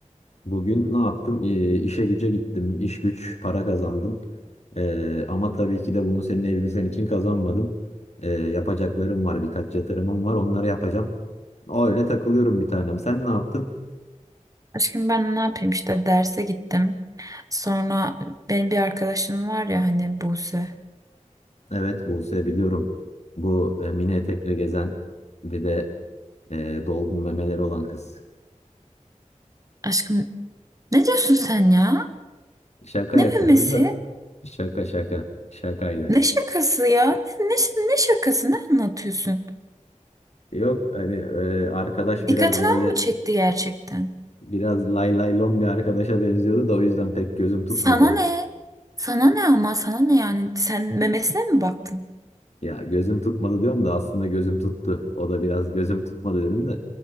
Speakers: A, on the left (about 60°); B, on the right (about 25°).
A: Bugün ne yaptım? Ee, işe güce gittim. İş güç para kazandım. Ee, ama tabii ki de bunu senin elbisen için kazanmadım. Ee, yapacaklarım var birkaç yatırımım var onları yapacağım. Öyle takılıyorum bir tanem. Sen ne yaptın?
B: Aşkım ben ne yapayım işte derse gittim. Sonra benim bir arkadaşım var ya hani Buse.
A: Evet Buse biliyorum. Bu e, mini etekle gezen ve de e, dolgun memeleri olan kız.
B: Aşkım ne diyorsun sen ya?
A: Şaka
B: Ne
A: yapıyorum
B: memesi?
A: da. Şaka şaka. Şakaydı.
B: Ne şakası ya? Ne, ne şakası? Ne anlatıyorsun?
A: Yok hani e, arkadaş
B: Dikkatini
A: biraz böyle
B: al mı çekti gerçekten?
A: biraz lay lay lom bir arkadaşa benziyordu da o yüzden pek gözüm tutmadı
B: Sana
A: onu.
B: ne? Sana ne ama sana ne yani? Sen memesine mi baktın?
A: Ya gözüm tutmadı diyorum da aslında gözüm tuttu. O da biraz gözüm tutmadı dedim de.